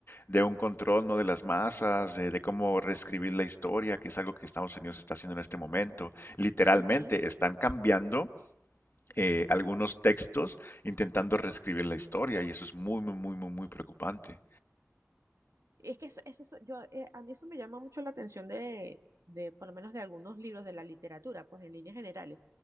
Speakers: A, on the left (about 45°); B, on the right (about 80°).
A: de un control, ¿no? de las masas, de, de cómo reescribir la historia, que es algo que Estados Unidos está haciendo en este momento literalmente
B: ujú.
A: están cambiando eh, algunos textos intentando reescribir la historia y eso es muy, muy, muy, muy, muy preocupante.
B: Y es que eso, eso, so- yo, eh, a mí eso me llama mucho la atención de, de, por lo menos de algunos libros de la literatura, pues en líneas generales,